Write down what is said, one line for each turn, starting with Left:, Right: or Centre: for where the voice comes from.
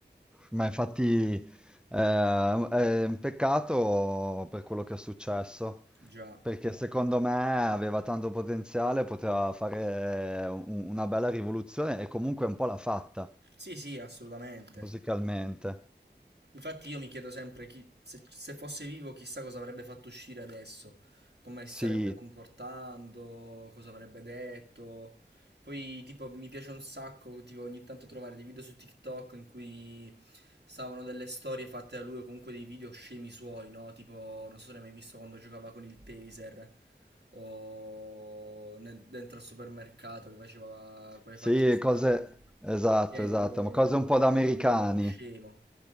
Centre: ma infatti eh, è un peccato per quello che è successo,
Right: Già.
Centre: perché secondo me aveva tanto potenziale, poteva fare un- una bella rivoluzione e comunque un po' l'ha fatta
Right: Sì, sì, assolutamente.
Centre: musicalmente.
Right: Infatti io mi chiedo sempre chi- se, se fosse vivo chissà cosa avrebbe fatto uscire adesso, come si
Centre: Sì.
Right: sarebbe comportando, cosa avrebbe detto. Poi tipo mi piace un sacco tipo, ogni tanto trovare dei video su TikTok in cui stavano delle storie fatte da lui o comunque dei video scemi suoi, no? Tipo non so se l'hai mai visto quando giocava con il taser o nel- dentro al supermercato che faceva quelle
Centre: Sì,
Right: facce strane.
Centre: cose... Esatto,
Right: Cioè,
Centre: esatto,
Right: lo
Centre: ma cose
Right: vedevo
Centre: un po'
Right: proprio
Centre: da americani,
Right: che sembrava uno scemo.